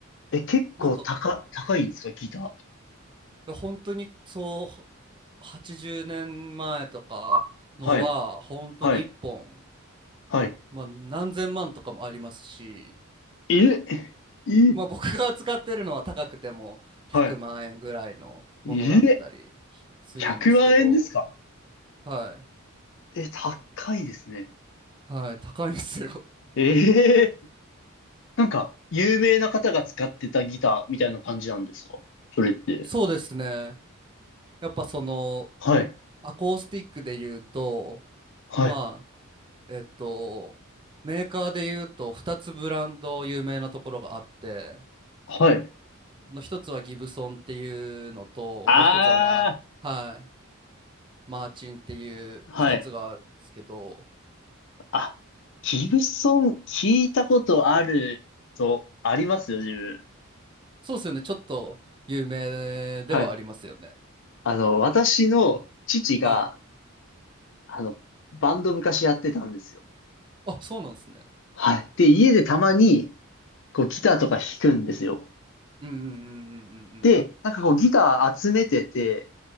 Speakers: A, on the left; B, on the right.
A: え、結構高、
B: なんか、
A: 高いんですかギター。
B: 本当にそう、80年前とかのは、
A: はい、
B: 本当に1本、
A: はい、はい。
B: まあ、何千万とかもありますし、
A: え、え、
B: まあ、僕が使ってるのは高くても100万円ぐらいのものだったりするんですけど、
A: はい。え、100万円ですか
B: はい。
A: え、高いですね。
B: はい、高いんですよ。
A: ええなんか、有名な方が使ってたギターみたいな感じなんですかそれって。
B: そうですね。やっぱその、
A: はい。
B: アコースティックで言うと、
A: はい。
B: まあ、えっと、メーカーで言うと2つブランド有名なところがあって、
A: はい。
B: その1つはギブソンっていうのと、
A: あ
B: もう1つは、まあ、はい、マーチンっていう2つがあるんですけど、
A: あ、はい。あ、ギブソン聞いたことあると、ありますよ、自分。
B: そうですよね、ちょっと有名ではありますよね。
A: はい。あの、私の父が、
B: はい。
A: あの、バンド昔やってたんですよ。
B: あ、そうなんですね。
A: はい。で、家でたまに、こう、ギターとか弾くんですよ。
B: うんうんうんうんう
A: で、
B: ん
A: なんかこう、ギター集めてて、